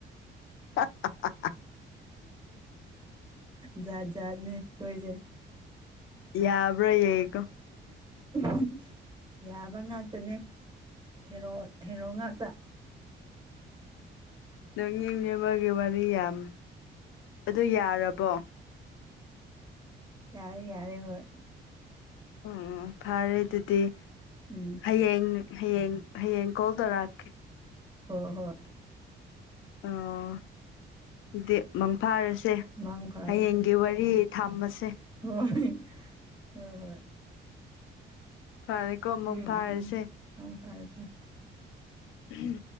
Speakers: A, on the left; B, on the right.
A: <unintelligible>
B: ꯖꯥꯠ ꯖꯥꯠꯅꯦ ꯑꯩꯈꯣꯏꯁꯦ
A: ꯌꯥꯕ꯭ꯔꯥ ꯌꯦꯡꯀꯣ
B: ꯎꯝ ꯌꯥꯕ ꯉꯥꯛꯇꯅꯦ ꯍꯦꯔꯣ ꯍꯦꯔꯣ ꯉꯥꯛꯇ
A: ꯅꯪ ꯃꯤ ꯅꯦꯝꯕꯒꯤ ꯋꯥꯔꯤ ꯌꯥꯝ ꯑꯗꯨ ꯌꯥꯔꯕꯣ
B: ꯌꯥꯔꯦ ꯌꯥꯔꯦ ꯍꯣꯏ
A: ꯑꯣ ꯑꯣ ꯐꯔꯦ ꯑꯗꯨꯗꯤ
B: ꯎꯝ
A: ꯍꯌꯦꯡ ꯍꯌꯦꯡ ꯍꯌꯦꯡ ꯀꯣꯜ ꯇꯧꯔꯛꯑꯀꯦ
B: ꯍꯣꯏ ꯍꯣꯏ
A: ꯑꯣ ꯗꯦꯞ ꯃꯪꯐꯥꯔꯁꯦ
B: ꯃꯪ ꯐꯥꯔꯁꯦ
A: ꯍꯌꯦꯡꯒꯤ ꯋꯥꯔꯤ ꯊꯝꯃꯁꯦ
B: ꯍꯣꯏ ꯍꯣꯏ ꯍꯣꯏ
A: ꯐꯥꯔꯤꯛ ꯀꯣ ꯃꯪꯐꯥꯔꯁꯦ
B: ꯎꯝ ꯎꯝ ꯎꯝ ꯃꯪ ꯐꯥꯔꯁꯦ
A: ꯎꯝ